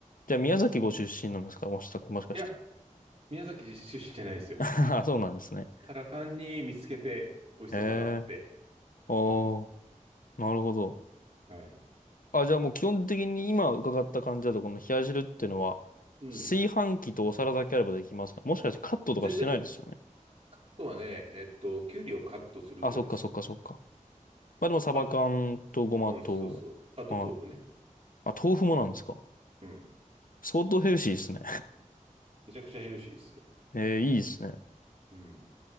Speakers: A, on the left; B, on the right.
A: じゃあ宮崎ご出身なんですかもしか、もしかして。
B: いや、宮崎出身じゃないですよ。
A: <laughs> あそうなんですね。
B: ただ単に見つけて美味しそうだなって。
A: へえ。ああ、
B: うん。
A: なるほど。
B: はい。
A: あ、じゃあもう基本的に今伺った感じだと、この冷や汁っていうのは、
B: うん。
A: 炊飯器とお皿だけあればできますかもしかしてカットとかしてないですよね。
B: 全然、あとはね、えっと、きゅうりをカットするぐらいですよ。
A: あ、そっかそっかそっか。まあでもサバ缶とごまと、
B: あ、うん、そうそう。あと豆腐ね。
A: はい。あ、豆腐もなんですか。
B: うん。
A: 相当ヘルシーですね。
B: めちゃくちゃヘルシーですよ。
A: <laughs> えー、いいですね。
B: うん。